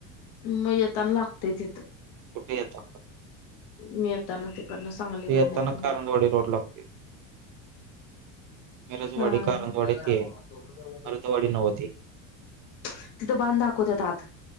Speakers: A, on the left (about 70°); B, on the right (about 50°).
A: म येताना लागतंय तिथं.
B: कुठे येताना?
A: मी येताना ते कडन सांगली
B: ते
A: कडन येताना
B: कारंजवाडी रोड लागते. मिरजवाडी,
A: हां
B: कारंजवाडी
A: <unintelligible>
B: ते आहे. मरुदवाडी नव्ह ते.
A: तिथं बाण दाखवत्यात आत.